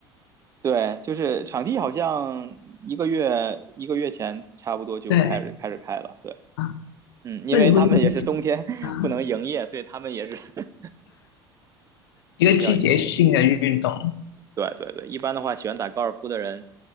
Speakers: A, on the right (about 25°); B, on the left (about 65°).
A: 对，就是场地好像一个月一个月前差不多就开始开始开了。
B: 对
A: 对，
B: 啊，
A: 嗯，因为他们也是冬天
B: 那你会定期啊？
A: <laughs> 不能营业，所以他们也是 <laughs>
B: 一个季节性的运动
A: 对要对对对，一般的话喜欢打高尔夫的人，